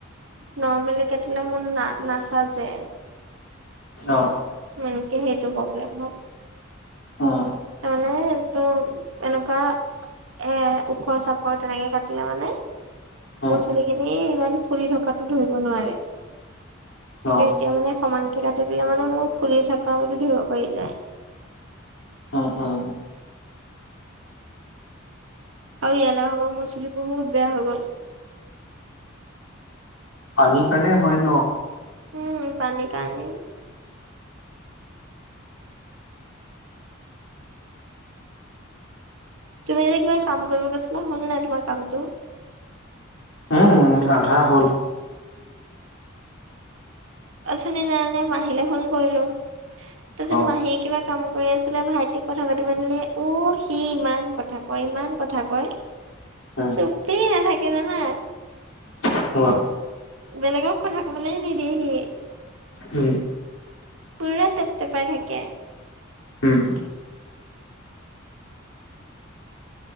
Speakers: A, on the right; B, on the left.
A: নৰ্মেলি কাটিলে মোৰ না নাচাযে।
B: অহ',
A: মেইনকে সেইটো প্ৰব্লেম হ
B: উম,
A: মানে সেইটো এনেকুৱা এ ওখ চাপৰ তেনেকে কাটিলে মানে
B: উম,
A: মোৰ চুলি খিনি ইমান ফুলি থকাতো ধৰিব নোৱাৰে। কিন্তু
B: অ',
A: এতিয়া মানে সমানকে কাটি দিলে মানে মোৰ ফুলি থাকা বুলি ধৰিব পাৰি যায়।
B: উম -উম।
A: আৰু ইয়ালে অহা পা মোৰ চুলি বহুত বেয়া হৈ গ'ল।
B: পানী কাৰণে হয় ন?
A: উম, পানী কাৰণেই ম তুমি যে কিবা কাম কৰিব গৈছিলা হল নে তোমাৰ কামটো?
B: উম, আধা হ'ল।
A: <inaudible> অথনি <unintelligible> মাহীলে ফোন কৰিলোঁ তছুন
B: অ',
A: মাহীয়ে কিবা কাম কৰি আছিলে ভাইটিক কথা পাতিব দিলে অ, সি ইমান কথা কয় -ইমান কথা কয়
B: উম,
A: চুপেই নাথাকে জানা।
B: <unintelligible>
A: বেলেগক কথা ক'বলেই নিদিয়েহি।
B: উম,
A: পুৰৰা তেপটেপাই থাকে।
B: উম,